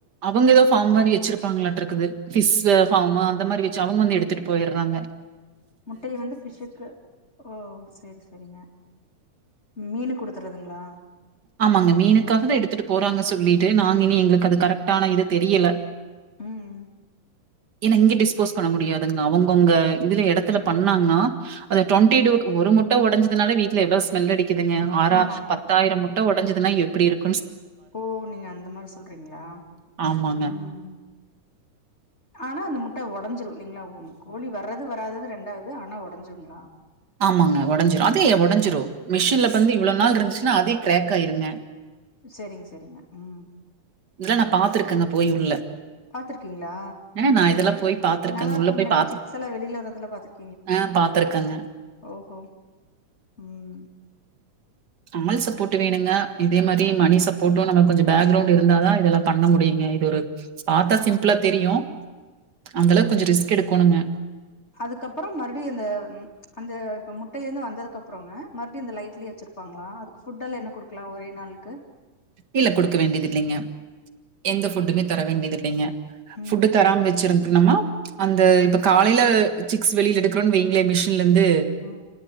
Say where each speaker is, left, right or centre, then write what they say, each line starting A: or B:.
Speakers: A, on the right; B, on the left.
A: அவங்க ஏதோ ஃபார்ம் மாரி வச்சிருப்பாங்களாட்டு இருக்குது ஃபிஷ் ஃபார்ம் அந்த மாரி வச்சு அவங்க வந்து எடுத் துட்டு போயிட்றாங்க
B: முட்டையை வந்து ஃபிஷுக்கு ஓ சேரி சேரிங்க மீனுக்கு குடுத்துட்றதுங்களா
A: ஆமாங்க மீனுக்காகதா எடுத்துட்டு போறாங்க சொல்லிட்டு நாங்க இனி எங்களுக்கு அது கரெக்டான இது தெரியல
B: ம்,
A: ஏன்னா இங்க டிஸ்போஸ் பண்ண முடியாதுங்க அவங்கவுங்க இதுல எடத்துல பண்ணாங்கனா அந்த டுவெண்டி டூ ஒரு முட்ட ஒடஞ்சிதுனாலே வீட்ல எவ்ளோ ஸ்மெல் அடிக்குதுங்க ஆறா
B: ஆமா.
A: பத்தாயிரம் முட்ட ஒடஞ்சிதுனா எப்படி இருக்
B: ஓ நீங்க அந்த மாரி சொல்றிங்களா,
A: ஆமாங்க,
B: ம் ஆனா அந்த முட்ட ஒடஞ்சிடும் இல்லைங்ளா உ கோழி வர்ற து வராதது ரெண்டாவது ஆனா ஒடஞ்சுடுங்களா
A: ஆமாங்க ஒடஞ்சிரு அதே ஒடஞ்சிரு மெஷின்ல
B: ம்.
A: வந்து இவ்வளோ நாள் இருந்துச்சுன்னா அதே கிராக் ஆயிருங்க
B: சேரிங்க சேரிங்க, ம்
A: இதல்லா நா பாத்துருக்கேங்க போய் உள்ள
B: பாத்துருக்கீங்ளா,
A: ஏன்னா நான் இதெல்லாம் போய் பார்த்துருக்கேங்க.
B: நல்லா இருக்கும்
A: உள்ள போய்
B: இல்லங்க
A: பார்த்து
B: சிக்ஸ் எல்லா வெளியில வர்றதெல்லா பாத்துருக்
A: ஆ பாத்துருக்கேங்க
B: ஓஹோ, ம்
A: ஆள் சப்போர்ட் வேணுங்க இதே மாரி மணி சப்போர்ட்டும் நம்ம கொஞ்சோ பேக்ரவுண்ட் இருந்தாதா இதெல்லா பண்ண முடியுங்க இது ஒரு பாத்தா சிம்பிளா தெரியு அந்தளவு கொஞ்சோ ரிஸ்க் எடுக்கணுங்க
B: அதுக்கப்பறோ மறுபடியு அந்த அந்த இப்ப முட்டைய இருந்து வந்தது அப்புறங்க மறுபடியு இந்த லைட்லயே வச்சிரு ப்பாங்களா அதுக்கு ஃபுட் எல்லா என்ன குடுக்கலா ஒரே நாளுக்கு
A: இல்ல குடுக்க வேண்டியது இல்லைங்க எந்த ஃபுட்டுமே தர வேண்டியதுல்லைங்க
B: ம்.
A: ஃபுட்டு தராம வச்சிருந்தம்னா அந்த இப்ப காலைல சிக்ஸ் வெளியில எடுக்கிறோன்னு வைங்களே மிஷின்ல இருந்து
B: ம்